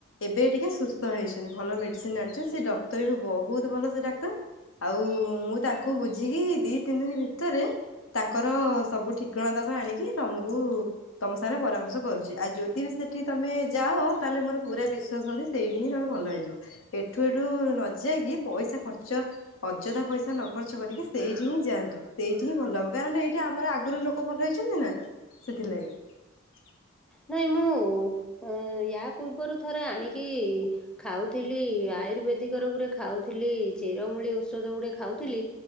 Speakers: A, on the left; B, in the centre.
A: ଏବେ ଟିକେ ସୁସ୍ଥ ହେଇଛନ୍ତି ଭଲ ମେଡିସିନ ଆଣିଛନ୍ତି ସେ ଡକ୍ତର ବି ବହୁତ ଭଲ ସେ ଡାକ୍ତର ଆଉ ମୁଁ ତାଙ୍କୁ ବୁଝିକି ଦି ତିନି ଦିନ ଭିତରେ ତାଙ୍କର ସବୁ ଠିକଣା ତକ ଆଣିକି ତମକୁ ତମ ସାଙ୍ଗରେ ପରାମର୍ଶ - କରୁଛି ଆଉ ଯଦି ବି ସେଠି ତମେ ଯାଅ ତାହେଲେ ମୋର ପୁରା ବିଶ୍ଵାସ ଅଛି ସେଇଠି ହିଁ ତମେ ଭଲ ହେଇଯିବ ଏଠୁ ଏଠୁ ନଯାଇକି ପଇସା ଖର୍ଚ୍ଚ ଅଯଥା ପଇସା ନ ଖର୍ଚ୍ଚ କରିକି ସେଇଠି ହିଁ ଯାଆନ୍ତୁ ସେଇଠି ହିଁ ଭଲ ହବ କାରଣ ଏଇଠି ଆମର ଆଗରୁ ଲୋକ ଭଲ ହେଇଛନ୍ତି ନା ସେଥିଲାଗି-
B: ନାଇଁ ମୁଁ ୟା ପୂର୍ବରୁ ଥରେ ଆଣିକି ଖାଉଥିଲି ଆୟୁର୍ବେଦିକ ର ଗୁଟେ ଖାଉଥିଲି ଚେରମୂଳି ଔଷଧ ଗୁଟେ ଖାଉଥିଲି